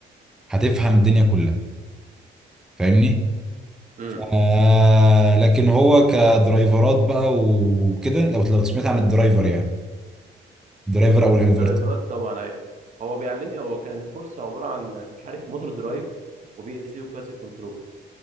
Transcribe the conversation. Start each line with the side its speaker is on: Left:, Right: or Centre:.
Centre: هتفهم الدنيا كلها فاهمني
Right: امم
Centre: آه لكن هو كدرايفرات بقى وكده لو لو سمعت عن الدرايفر يعني الدرايفر او الانفرتر
Right: الدرايفرات طبعا ايوه هو بيعلمني هو كان الكورس عباره عن مش عارف موتور درايف وبي ال سي وكلاسيك كنترول